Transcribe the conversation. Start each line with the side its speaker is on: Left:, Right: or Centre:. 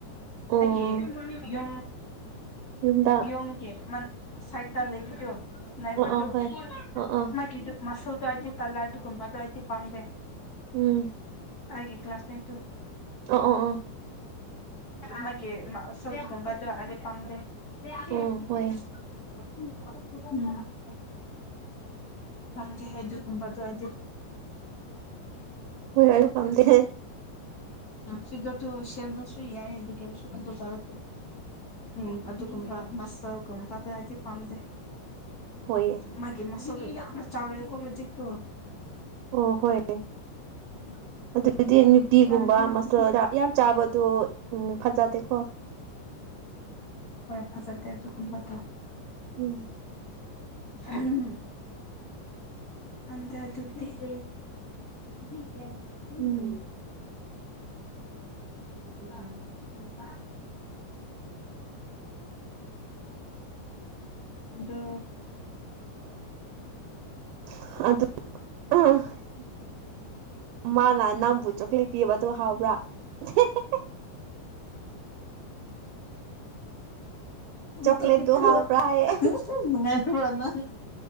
Right: ꯑꯣ
Left: ꯑꯩ ꯀꯦ ꯌ
Right: ꯌꯨꯝꯗ
Left: ꯌꯣ ꯀꯦ ꯃ ꯁꯥꯏꯠ ꯇꯥ ꯂꯩꯈꯤꯗꯣ ꯅꯥꯏꯕꯔꯗꯣ
Right: ꯑ ꯑꯥ ꯍꯣꯏ ꯑꯥ ꯑꯥ
Left: ꯃꯥꯒꯤꯗꯨꯣ ꯃꯁꯜꯗꯣ ꯍꯥꯏꯗꯤ ꯇꯜꯂꯦ ꯑꯗꯨꯒꯨꯝꯕꯗ ꯑꯩꯗꯤ ꯄꯥꯝꯖꯩ
Right: ꯎꯝ
Left: ꯍꯥꯏꯦ ꯀ꯭ꯂꯥꯁ ꯃꯦꯠꯨ
Right: ꯑꯣ ꯑꯣ ꯑꯣ
Left: ꯃꯥꯒꯤ ꯁꯧꯠꯒꯨꯝꯕꯗ ꯑ ꯄꯥꯝꯗꯦ <unintelligible>
Right: ꯎꯝ ꯍꯣꯏ
Left: ꯍ ꯍꯥꯏꯗꯤ ꯇꯨꯝ ꯑꯗꯨ ꯍꯥꯏꯗꯤ
Right: ꯍꯣꯏ ꯌꯥ ꯄꯝꯗꯤꯦ
Left: ꯁꯤꯗ ꯇꯨ ꯁꯦꯝꯔꯁꯨ ꯌꯥꯏꯌꯦ ꯑꯗꯨ ꯀꯔꯁꯨ ꯑꯗꯨ ꯀꯔꯁꯨ ꯎꯝ ꯑꯗꯨꯒꯨꯝꯕ ꯃꯁꯥꯜꯒꯨꯝꯕ ꯑꯗꯨ ꯍꯥꯏꯗꯤ ꯄꯝꯗꯦ
Right: ꯍꯣꯏꯌꯦ
Left: ꯃꯥꯒꯤ ꯃꯁꯥꯜꯗꯣ ꯌꯥꯝꯅ ꯆꯥꯎꯔꯦꯀꯣ ꯍꯧꯖꯤꯛꯇꯣ
Right: ꯑꯣ ꯍꯣꯏ
Left: <inaudible>
Right: ꯑꯗꯨꯗꯤ ꯅꯨꯄꯤꯒꯨꯝꯕ
Left: ꯄꯥꯝꯗꯦ ꯑꯗꯨꯗꯤ
Right: ꯃꯁꯥꯜ ꯌꯥꯝ ꯆꯥꯕꯗꯣ ꯎꯝ ꯐꯖꯗꯦꯀꯣ
Left: ꯍꯣꯏ ꯐꯖꯗꯦ ꯑꯗꯨꯒꯨꯝꯕꯗꯣ
Right: ꯎꯝ
Left: ꯑꯍꯝ ꯈꯟꯗꯦ ꯑꯗꯨꯗꯤ ꯂꯧꯁꯤꯟꯕ ꯉꯝꯗꯕ
Right: ꯎꯝ
Left: ꯂꯧꯁꯤꯟꯕ ꯉꯝꯗꯕ ꯑꯗꯣ
Right: ꯂꯧꯁꯤꯟꯕ ꯉꯝꯗꯕ ꯃꯥꯂ
Left: ꯎꯝ
Right: ꯅꯪꯕꯨ ꯆꯣꯀ꯭ꯂꯦꯠ ꯄꯤꯕꯗꯨ ꯍꯥꯎꯕ꯭ꯔꯥ ꯎꯪ ꯍꯦ ꯍꯦ
Left: ꯕꯤꯠꯇ
Right: ꯆꯣꯀ꯭ꯂꯦꯠꯇꯨ
Left: ꯄꯤꯠꯇ
Right: ꯍꯥꯎꯕ꯭ꯔꯥ ꯍꯥꯏꯌꯦ
Left: ꯑ ꯍꯨꯡ ꯍꯨꯡ ꯅꯨꯡꯉꯥꯏꯕꯔꯥ ꯅꯪ